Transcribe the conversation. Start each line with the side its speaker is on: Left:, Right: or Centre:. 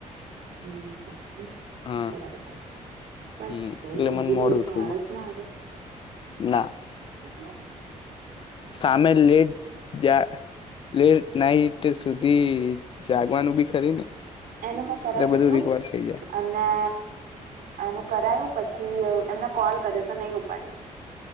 Right: હમ હમ
Left: હા
Right: બરાબર છે. પણ
Left: હમ
Right: બહુ
Left: એટલે
Right: ઊંઘી
Left: મને મોડું
Right: રહીએ
Left: ઉઠવું
Right: તો આળસ ના આવે
Left: ના
Right: મતલબ
Left: સામે લેટ જા લેટ નાઈટ સુધી જાગવાનું બી ખરી ને
Right: એનું મે
Left: એટલે
Right: સરસ
Left: બધું
Right: હતું
Left: રિકવર થઈ જાય
Right: અને ને એનું કરાયું પછી એમને કોલ કર્યો તો નહી ઉપાડ્યો.